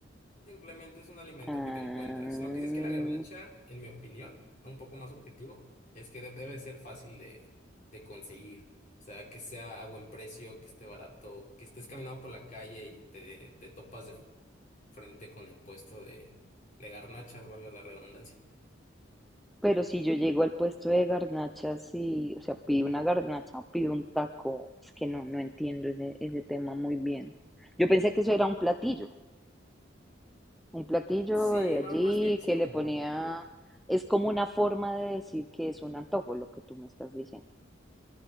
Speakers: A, on the left (about 40°); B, in the centre.
A: Simplemente es un alimento
B: Ah.
A: que te encuentras. Lo que sí es que la garnacha, en mi opinión, un poco más objetivo, es que de- debe ser fácil de, de conseguir. O sea, que sea a buen precio, que esté barato, que estés caminando por la calle y te, te topas de frente con el puesto de, de garnachas, valga la redundancia.
B: Pero si yo llego al puesto de garnachas y, o sea, pido una garnacha o pido un taco, es que no, no entiendo ese, ese tema muy bien. Yo pensé que eso era un platillo, un platillo
A: Sí,
B: de allí
A: no, más bien es
B: que
A: como,
B: le ponía, es como una forma de decir que es un antojo lo que tú me estás diciendo.